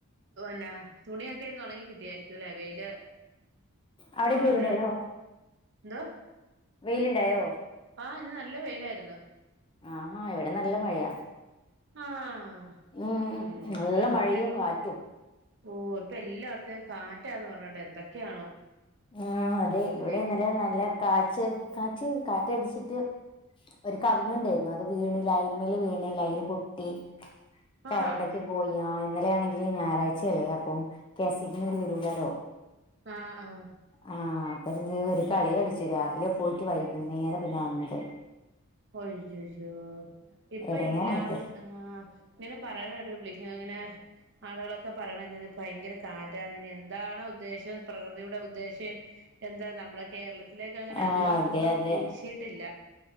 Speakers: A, on the right; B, on the left.
A: ന്നെ തുണിയൊക്കെ ഇന്ന് ഒണങ്ങി കിട്ടിയായിരിക്കൂല്ലേ വെയില്
B: അവിടേക്ക്
A: ഉള്ളോണ്ട്
B: വെയിലുണ്ടായോ
A: എന്തോ
B: വെയിലുണ്ടായോ
A: ആ ഇന്ന് നല്ല വെയിലായിരുന്നൂ
B: ആഹാ ഇവിടെ നല്ല മഴയാ
A: ആഹ്
B: ഉം
A: ഇങ്ങോട്ട്
B: നല്ല മഴയും കാറ്റും
A: ഓഹ് ഇപ്പൊ എല്ലാടത്തേ കാറ്റാന്ന് പറഞ്ഞിട്ട് എന്തൊക്കെയാണോ
B: ആ അതെ
A: ഇനി
B: ഇവിടെ ഇന്നലെ നല്ല കാച്ച് കാറ്റ് കാറ്റടിച്ചിട്ട് ഒരു കവുങ്ങ് ഇണ്ടായിരുന്നു അത് വീണ് ലൈന്മേല് വീണ് ലൈന് പൊട്ടി കരണ്ടൊക്കെ
A: ആഹ്
B: പോയി ഇന്നലെയാണെങ്കി ഞായറാഴ്ചയല്ലേ അപ്പം കെ സി ബി ന്ന് ഓരു വരൂലാലോ
A: ആഹ് ആഹ്
B: ആഹ് അപ്പ എന്ത് ഒരു കളി കളിച്ചു രാവിലെ പോയിട്ട് വൈകുന്നേരാ പിന്നെ വന്നത്
A: ഒയ്യയ്യോ ഇപ്പൊ
B: എടങ്ങേറായിപ്പോയി
A: എല്ലാവട ആ ഇങ്ങനെ പറയന കേട്ടാ വിളിക്കാം അങ്ങനെ ആളുകളൊക്കെ പറയണ ഭയങ്കര കാറ്റാണ് ഇനി എ എന്താണ് ഉദ്ദേശം പ്രകൃതിയുടെ ഉദ്ദേശം എന്താ നമ്മുടെ കേരളത്തി ത്തിലേക്ക് അങ്ങനെ
B: ആഹ്
A: അധികം
B: അതെ
A: ഒന്നും
B: അതെ
A: വീശിയിട്ടില്ലാ